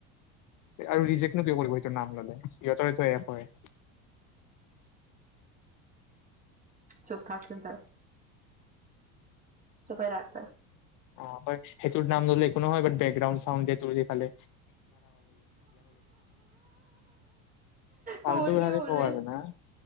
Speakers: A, on the left; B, on the right.
A: আৰু ৰিজেক্টনো কিয় কৰিব সেইটোটো নাম ললে যতৰিটো এ পাই
B: চুপ থাকচ তাই চোপে ৰাখ ত
A: অ হয় সেইটোোৰ নাম ধলে একোনো হয় বকগ্ৰাউণ্ডাউড ত দিালে ফাল্টু
B: মোৰ
A: কথা
B: কি
A: যে
B: হ'ল
A: কৱ আৰু না